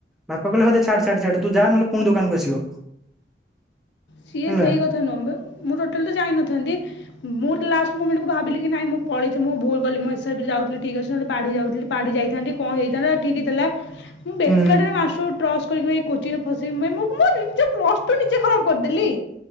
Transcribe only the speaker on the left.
ସିଏ
ସେଇ କଥା ନମ୍ବେ ମୁଁ ଟୋଟା ଟୋଟାଲେ ତ ଯାଇନଥାନ୍ତି। ମୁଁ ଲାଷ୍ଟ ମୁମେଣ୍ଟ୍ କୁ ବାହା କି ନାଇଁ ମୁଁ ପଳେଇଛି ମୁଁ ଭୁଲ କଲି ମଇଶା ବି ଯାଉଥିଲି। ଠିକ୍ ଅଛି ନହେଲେ ପାଢି ଯାଉଥିଲି ପାଢି ଯାଇଥାନ୍ତି କଣ ହେଇଥାନ୍ତା ଠିକ୍ ଥିଲା। ମୁଁ ବେକାର
ଟାରେ ମାଷ୍ଟରକୁ ଉଠ ଟ୍ରସ୍ କରିକି ବା କୋଚିରେ ନି ନିଜେ ଖରାପ କରିଦେଲି।